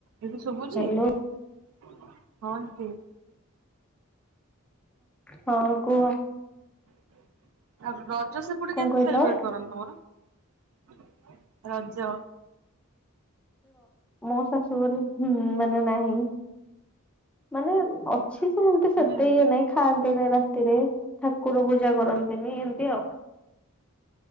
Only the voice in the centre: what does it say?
ହ୍ୟାଲୋ
ହଁ କୁହ।
କଣ
କହିଲ
ମୋ ଶାଶୁଘର ମାନେ ନାହିଁ ମାନେ ଅଛି ଯେ
ସେତେ ଇଏ ନାହିଁ ଖାଆନ୍ତିନି ରାତିରେ। ଠାକୁର ପୂଜା କରନ୍ତିନି ଏମିତି ଆଉ।